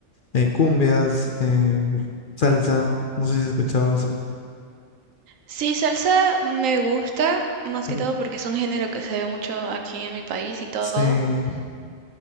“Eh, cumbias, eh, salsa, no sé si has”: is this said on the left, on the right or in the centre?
Left